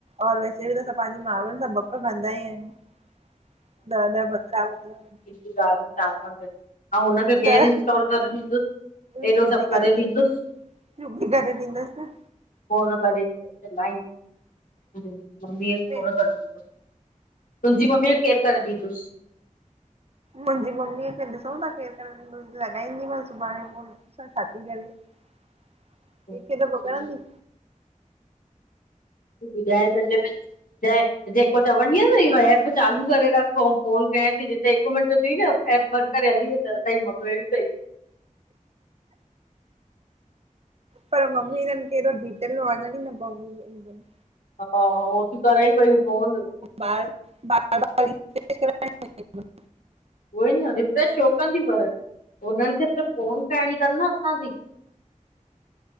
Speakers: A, on the right; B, on the left.
A: और वैसे बि त असां पंहिंजी माण्हुनि सां बक कंदा ई आहियूं। न, न, भकरा वरा। <unintelligible>
B: <unintelligible> ारहो चार पंज अऊं हुनखे
A: ॾह
B: केरु इंस्टॉल करे ॾींदुस?
A: सिबी
B: एॾो सभु करे
A: ॾींदो
B: ॾींदुस?
A: रुबी करे ॾींदस न।
B: कोन करे डींदस चिल्लाइन्दस मम्मीय खे
A: फिर
B: खोड़ करे डिनो। तुहिंजी मम्मीय खे केरु करे डी्दुस।
A: मुहिंजी मम्मीअ खे ॾिसूं था केरु करे ॾीदुस लॻाईंदीमांस सुभाणे फोन ॾिसां छा थी करे। कैंखे
B: ॾींदुसि
A: त मोकलंदी।
B: जय <unintelligible> जय। जेको चवंदी यन इहो एप चालू करे रख पो फोन कयाएं थी जिते हिक मिन्ट थी न। एप बंदि करे हली वेंदव हुतां जूं मम्यूं अहिॾियू तई।
A: पर मम्मी जन खे हेडो डिटेल में वन्यण ही न पवंदुन।
B: हा, हा। हो तीइयू करई पयुं फोन।
A: बार बार <unintelligible>
B: उहो ई न रिफ्रेश छो कंदियूं पर हुनन्हन खे सिर्फ फोन करणी तन न असांजी।